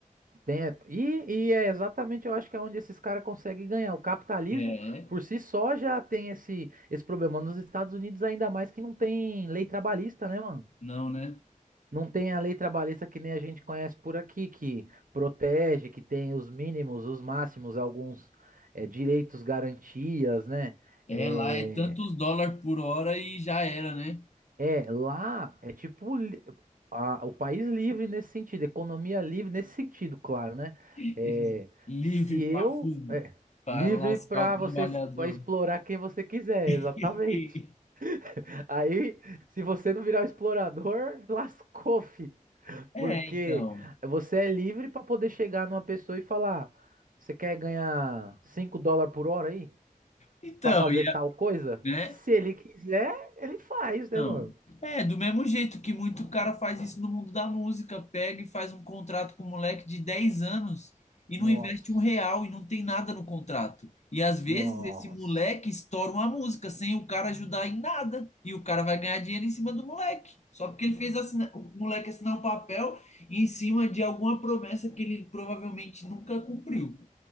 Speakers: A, on the right; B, on the left.
A: Tem, é- e, e é exatamente, eu acho que é onde esses caras conseguem ganhar. O capitalismo,
B: É,
A: por si só, já tem esse, esse problema. Nos Estados Unidos, ainda mais que não tem lei trabalhista, né, mano?
B: não, né?
A: Não tem a lei trabalhista que nem a gente conhece por aqui, que protege, que tem os mínimos, os máximos, alguns é, direitos, garantias, né?
B: É,
A: É,
B: lá é tantos dólares por hora e já era, né?
A: É, lá é tipo li- a- o país livre nesse sentido, economia livre nesse sentido, claro, né?
B: <laughs>
A: É,
B: Livre
A: se eu
B: para
A: é
B: para
A: livre
B: lascar
A: para
B: o trabalhador.
A: você para explorar quem você quiser,
B: <laughs>
A: exatamente. <laughs> Aí, se você não virar um explorador, <laughs> lascou, fi,
B: É,
A: porque
B: então.
A: você é livre para poder chegar numa pessoa e falar: você quer ganhar 5 dólares por hora aí
B: Então,
A: para fazer
B: e
A: tal
B: a-
A: coisa?
B: né?
A: Se ele quiser, ele faz, né,
B: Não.
A: mano?
B: É, do mesmo jeito que muito cara faz isso no mundo da música, pega e faz um contrato com um moleque de 10 anos e
A: Nossa.
B: não investe um real e não tem nada no contrato. E às vezes
A: Nossa.
B: esse moleque estoura uma música sem o cara ajudar em nada. E o cara vai ganhar dinheiro em cima do moleque. Só porque ele fez assinar- o moleque assinar um papel em cima de alguma promessa que ele provavelmente nunca cumpriu.